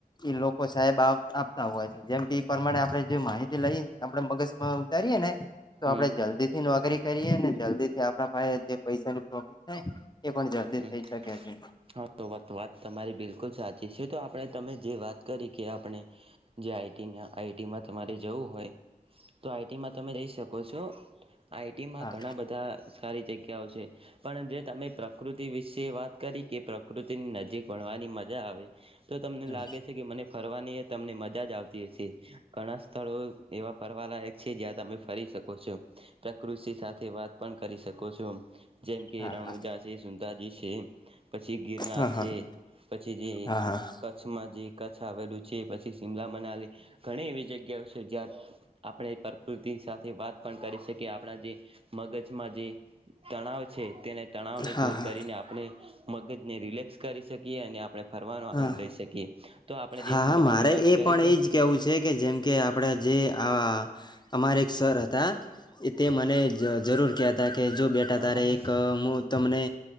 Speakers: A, on the left; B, on the right.
A: એ લોકો સાહેબ આપતા હોય છે. જેમ કે પરમાણે આપણે જો માહિતી લઈ આપડે મગશમાં ઉતારીએે ને તો
B: હમ
A: આપડે જલ્દી થી નોકરી કરીએ ને જલ્દીથી આપણા પાહે જે પૈસાની પ્રોફિટ થાયને એ પણ જલ્દી
B: હમ
A: થઇ શકે છે.
B: હા તો વાત તમારી બિલકુલ સાચી છે. તો આપણે તમે જે વાત કરી કે આપણે જે આઈ ટીના આઈ ટીમાં તમારે જવું હોય. તો આઇ ટીમાં તમે રહી શકો છો. આઈ ટીમાં
A: હા
B: ઘણા બધા સારી જગ્યા ઓ છે. પણ જે તમે પ્રકૃતિ વિશે વાત કરી કે પ્રકૃતિની નજીક ભણવાની મજા આવે. તો તમને
A: હા
B: લાગે છે કે મને ફરવાની એ તમને મજા જ આવતી હશે. ઘણા સ્થળો એવા ફરવાલાયક છે. જ્યાં તમે ફરી શકો છો. પ્રકૃતિ સાથે વાત પણ કરી શકો છો. જેમ કે
A: હા
B: રાણુજા છે સુંધાજી છે એમ. પછી ગિરનાર
A: હા
B: છે
A: હા
B: પછી જે
A: હા હા હા
B: કચ્છમાં જે કચ્છ આવેલું છે પછી શિમલા મનાલી ઘણી એવી જગ્યાઓ છે જ્યાં આપણે પ્રકૃતિ સાથે વાત પણ કરી શકીએ આપણા જે મગજમાં જે તણાવ છે તેને તણાવ ને
A: હા હા
B: આપણે મગજને રિલેક્સ કરી શકીએ અને આપણે ફરવાનો આનંદ
A: હા
B: લઈ શકીએ તો આપણે
A: હા
B: જે ફરવાની
A: મારે
B: વાત
A: એ
B: કરી
A: પણ
B: તો
A: એજ કેવું છે કે જેમ કે આપણે જે આ અમારે એક સર હતા તે મને જરૂર કહે હતા કે જો બેઠ
B: તમારા
A: અતારે એક હું તમને.